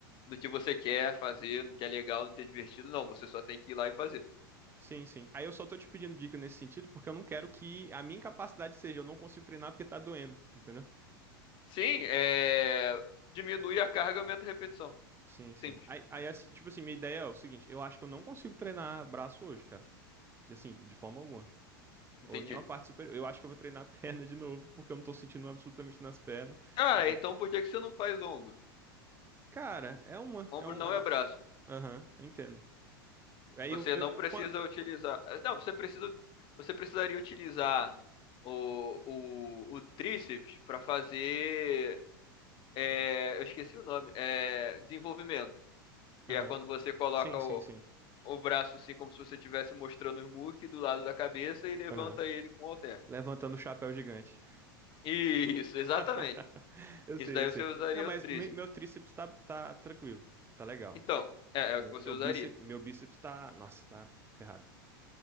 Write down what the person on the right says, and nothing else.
Sim, sim. Aí eu só tô te pedindo dica nesse sentido porque eu não quero que a minha incapacidade seja eu não consigo treinar porque tá doendo, entendeu?
Sim, sim.
Aí, aí assim, tipo assim, minha ideia é o seguinte, eu acho que eu não consigo treinar braço hoje, cara. De- Assim, de forma alguma. Ou
nenhuma parte superior. Eu acho que eu vou treinar a <laughs> perna de novo porque eu não tô sentindo absolutamente nas pernas.
E,
cara, é uma,
é um,
é
um-
aham, eu entendo. Aí
eu, eu,
quan-
aham.
Sim,
sim, sim.
Aham.
Levantando o chapéu gigante.
<laughs> Eu
sei,
eu sei.
Não, mas
me- meu tríceps tá, tá tranquilo. Tá legal.
Meu,
meu
bíceps, meu bíceps tá. Nossa, tá ferrado.